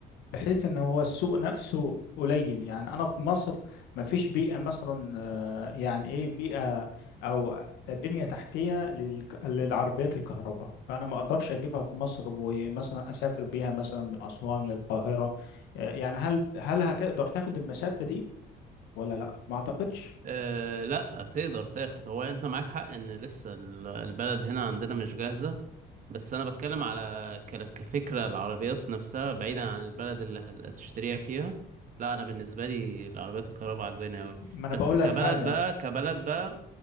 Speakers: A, on the left; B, on the right.
A: بحيث ان هو السوق نفسه قليل يعني انا في مصر ما فيش بيئة مثلا آه يعني ايه بيئة او بنية تحتية لل... للعربيات الكهرباء فانا ما اقدرش اجيبها في مصر ومثلا اسافر بيها مثلا من اسوان للقاهرة آه، يعني هل هل هتقدر تاخد المسافة دي ولا لا ما اعتقدش
B: أه لا تقدر تاخد هو انت معاك حق ان لسه ال- البلد هنا عندنا مش جاهزة بس انا بتكلم على ك- كفكرة العربيات نفسها بعيدا عن البلد اللي هتشتريها فيها لا انا بالنسبة لي العربيات الكهرباء عجباني اوي
A: ما انا
B: بس
A: بقول
B: كبلد
A: لك حاجه
B: بقى كبلد بقى